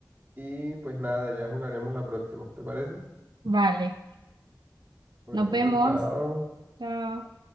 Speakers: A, on the right; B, on the right.
A: y pues nada, ya jugaremos la próxima, ¿te parece?
B: Vale,
A: Bueno,
B: nos vemos.
A: chao.
B: Chao.